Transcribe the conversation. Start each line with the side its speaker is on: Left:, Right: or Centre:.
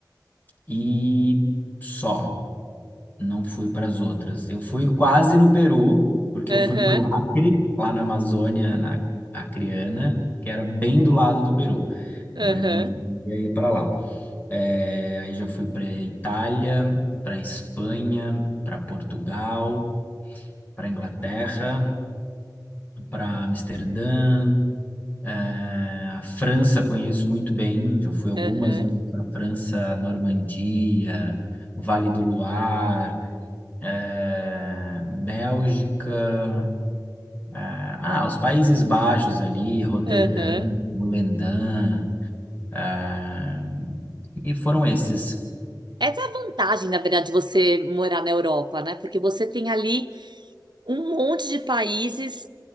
Left: e só. Não fui para as outras. Eu fui quase no Peru, porque
Right: Aham,
Left: eu fui para o Acre, lá na Amazônia, na Acreana, que era bem do lado do Peru,
Right: aham,
Left: mas não cheguei a ir para lá. É, aí já fui para a Itália, para a Espanha, para Portugal, para Inglaterra, para Amsterdã. É, a França conheço muito bem, já fui algumas
Right: aham,
Left: vezes para a França, Normandia, Vale do Luar. eh, Bélgica, ah, ah, os Países Baixos ali, Roterdã,
Right: aham.
Left: Volendam, ah, e foram esses.
Right: Essa é a vantagem, na verdade, de você morar na Europa, né? Porque você tem ali um monte de países,